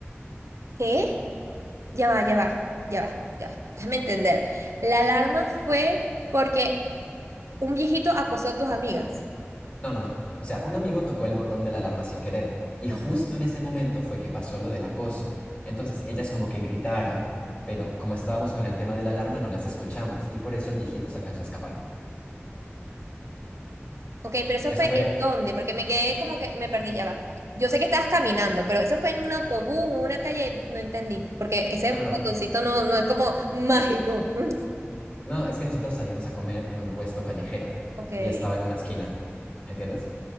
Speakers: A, on the right; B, on the left.
A: ¿qué? Ya va, ya va, ya va, ya va. Déjame entender. La alarma fue porque un viejito acosó a tus amigas.
B: No, no, no. O sea, un amigo tocó el botón de la alarma sin querer y
A: Ajá.
B: justo en ese momento fue que pasó lo del acoso. Entonces, ellas como que gritaron, pero como estábamos con el tema de la alarma no las escuchamos y por eso el viejito se alcanzó a escapar.
A: Ok, pero eso
B: Eso
A: fue
B: fue...
A: en dónde, porque me quedé como que me perdí, ya va. Yo sé que estabas caminando, pero eso fue en un autobús, en una calle, no entendí, porque ese
B: No, no,
A: botoncito no, no es como mágico. <laughs>
B: no, es que nosotros salimos a comer en un puesto callejero
A: Ok.
B: y estaba en una esquina, ¿entiendes?